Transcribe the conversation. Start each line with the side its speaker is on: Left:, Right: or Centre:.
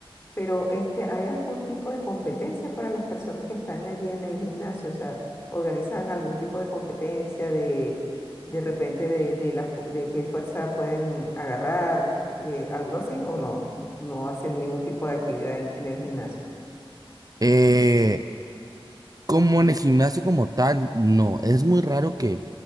Left: Pero este, ¿hay algún tipo de competencia para las personas que están allí en el gimnasio? O sea, ¿organizan algún tipo de competencia de, de repente de, de la, fu- de qué fuerza pueden agarrar, de algo así o no? No hacen ningún tipo de actividad en, en el gimnasio.
Right: Eh, Como en el gimnasio como tal, no, es muy raro que,